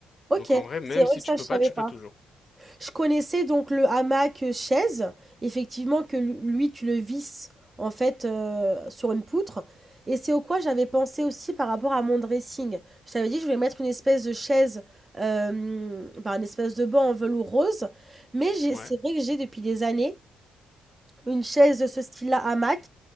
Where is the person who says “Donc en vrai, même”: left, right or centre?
Left